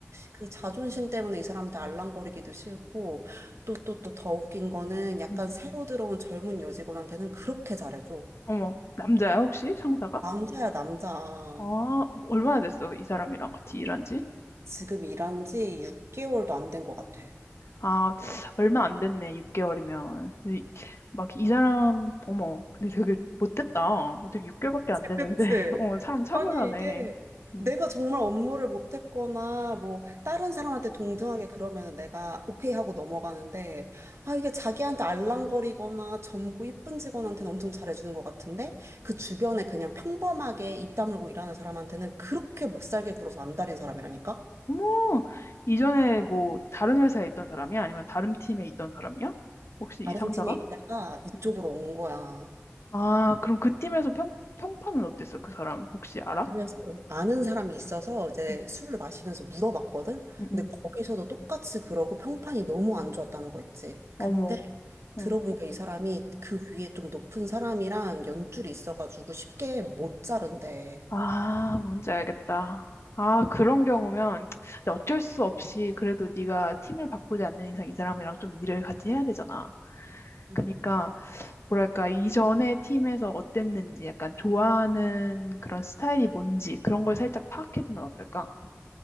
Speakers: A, on the right; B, on the left.
A: 그 자존심 때문에 이 사람한테 알랑거리기도 싫고 또 또 또 더 웃긴 거는 약간
B: 음.
A: 새로 들어온 젊은 여직원한테는 그렇게 잘해줘.
B: 어머, 남자야, 혹시 상사가?
A: 남자야 남자.
B: 아, 얼마나 됐어, 이 사람이랑 같이 일한 지?
A: 지금 일한 지 6개월도 안 된 것 같아.
B: 아, 얼마 안 됐네, 6개월이면. 막 이 사람, 어머, 근데 되게 못됐다. 어떻게 6개월밖에 안 됐는데,
A: 그치?
B: <laughs> 어, 사람 차별하네.
A: 아니, 이게
B: 음.
A: 내가 정말 업무를 못했거나, 뭐, 다른 사람한테 동등하게 그러면은 내가 오케이 하고 넘어가는데, 아, 이게 자기한테 알랑거리거나 젊고 이쁜 직원한테는 엄청 잘해주는 것 같은데, 그 주변에 그냥 평범하게 입 다물고 일하는 사람한테는 그렇게 못 살게 굴어서 안달인 사람이라니까?
B: 어머, 이전에 뭐 다른 회사에 있던 사람이야? 아니면 다른 팀에 있던 사람이야? 혹시
A: 다른
B: 이 상사가?
A: 팀에 있다가 이쪽으로
B: 음.
A: 온 거야.
B: 아, 그럼 그 팀에서 평, 평판은 어땠어, 그 사람? 혹시 알아?
A: 그래서 아는 사람이 있어서 이제
B: 음,
A: 술을 마시면서 물어봤거든?
B: 음,
A: 근데
B: 음.
A: 거기서도 똑같이 그러고 평판이 너무 안 좋았다는 거 있지. 근데
B: 어머.
A: 들어보니까
B: 응.
A: 이 사람이 그 위에 좀 높은 사람이랑 연줄이 있어가지고 쉽게 못 자른대.
B: 아, 뭔지 알겠다. 아, 그런 경우면 근데 어쩔 수 없이 그래도 네가 팀을 바꾸지 않는 이상 이 사람이랑 좀 일을 같이 해야 되잖아.
A: 음,
B: 그러니까 뭐랄까 이전의 팀에서 어땠는지 약간 좋아하는 그런 스타일이 뭔지 그런 걸 살짝 파악해두면 어떨까?